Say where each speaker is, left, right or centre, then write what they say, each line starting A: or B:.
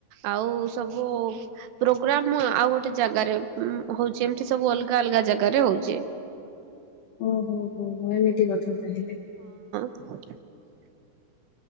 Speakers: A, on the right; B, on the left.
A: ଆଉ ସବୁ ପ୍ରୋଗ୍ରାମ ଆଉ ଗୋଟେ ଜାଗାରେ ଉଁ-ହୋଉଚି ଏମତି ସବୁ ଅଲଗା ଅଲଗା ଜାଗାରେ ହୋଉଚି।
B: ଓହୋ ହୋ ହୋ ଏମିତି କଥା ତାହେଲେ।
A: ଆା